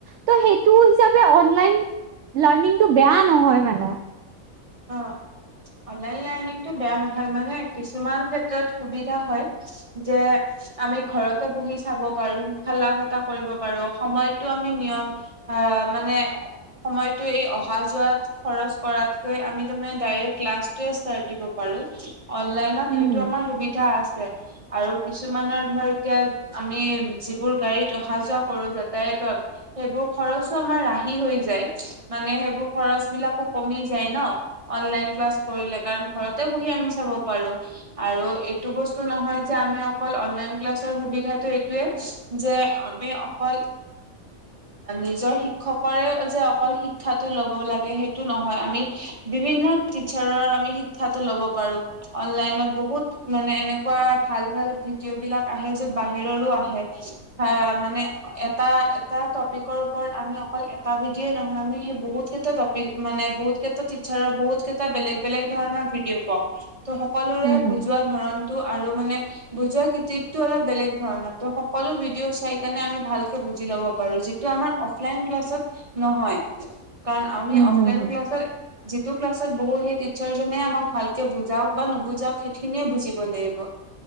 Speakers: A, on the right; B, on the right.
A: ত সেইটো হিচাপে অনলাইন লাৰ্ণিং টো বেয়া নহয় মানে
B: অ অনলাইন লাৰ্ণিংটো বেয়া নহয় মানে কিছুমান ক্ষেত্ৰত সুবিধা হয় যে আমি ঘৰতে বহি চাব পাৰো শিক্ষা লাভ এটা কৰিব পাৰো সময়তো আমি নিয়ম অ মানে সময়টো এই অহা যোৱাত খৰচ কৰাত কৈ আমি তাৰমানে ডাইৰেক্ট ক্লাবটোৱে ষ্টাৰ্ছ দিব পাৰো অনলাইন ন
A: হম
B: সেইটো আমাৰ সুবিধা আছে আৰু কিছুমানৰ ধৰ এতিয়া আমি যিবোৰ গাড়ীত অহা যোৱা কৰো যাতায়ত সেইবোৰ খৰচো আমাৰ ৰাহি হৈ যায় মানে সেইবোৰ খৰচ বিলাকো কমি যায় ন‌ অনলাইন ক্লাছ কৰিলে কাৰণ ঘৰতে বহি আমি চাব পাৰো আৰু এইটো বস্তু নহয় যে আমি অকল অনলাইন ক্লাছৰ সুবিধাটো এইটোয়ে যে আমি অকল
A: <inaudible>
B: নিজৰ শিক্ষকৰে যে অকল শিক্ষাটো লব লাগে সেইটো নহয় আমি বিভিন্ন টিচাৰৰ আমি শিক্ষাটো লব পাৰো। অনলাইনত বহুত মানে এনে কোৱা ভাল ভাল ভিডিঅ' বিলাক আহে য'ত বাহিৰৰো আহে। হা মানে এটা এটা টপিকৰ ওপৰত আমি অকল এটা ভিডিঅ নহয় আমি সেই বহুত কেইটা টপ পিক মানে বহুত কেই টা টিচাৰৰ বহুত কেইটা বেলেগ বেলেগ ধৰণৰ ভিডিঅ' পাওঁ ত' সকলোৰে
A: হম হম
B: বুজোৱা ধৰণ টো আৰু মানে বুজোৱা কৃতিকতো অলপ বেলেগ ধৰণৰ, ত' সকলো ভিডিঅ' চাই কেনে আমি ভালকে বুজি ল'ব পাৰ। টো আমাৰ অফলাইন ক্লাছত নহয়, কাৰণ আমি
A: হম
B: অফলাইন
A: হম হম
B: ক্লাছত যিটো ক্লাছত বহো, সেই টিচাৰজনে আমাক ভালকে বুজাওক বা নুবুজাওক সেইখিনিয়ে বুজিব লাগিব।